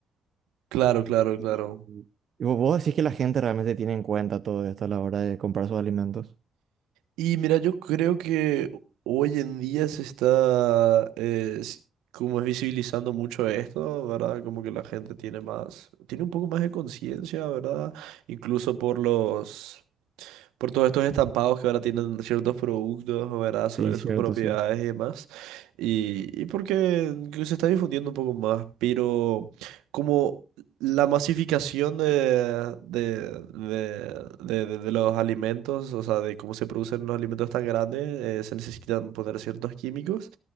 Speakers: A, on the right; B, on the right.
A: Claro, claro,
B: Y,
A: claro.
B: y vo- vos decís que la gente realmente tiene en cuenta todo esto a la hora de comprar sus alimentos.
A: Y mira, yo creo que hoy en día se está, eh, s- como es visibilizando mucho esto, ¿verdad? Como que la gente tiene más, tiene un poco más de conciencia, ¿verdad? Incluso por los, por todos estos estampados que ahora tienen ciertos productos, ¿verdad? Sobre
B: Sí, cierto,
A: sus propiedades
B: sí.
A: y demás. Y, y porque que se está difundiendo un poco más, pero como la masificación de, de, de, de- de- de los alimentos, o sea, de cómo se producen los alimentos tan grandes, eh, se necesitan poner ciertos químicos.